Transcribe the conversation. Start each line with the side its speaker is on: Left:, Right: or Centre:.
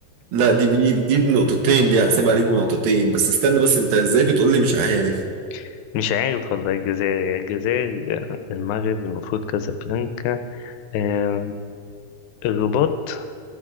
Right: لا دي بي دي بنقطتين دي هحسب عليك بنقطتين بس استنى بس انت ازاي بتقول لي مش عارف؟
Left: <laughs> مش عارف والله الجزائر يا الجزائر آه، المغرب المفروض كازابلانكا آه، الرباط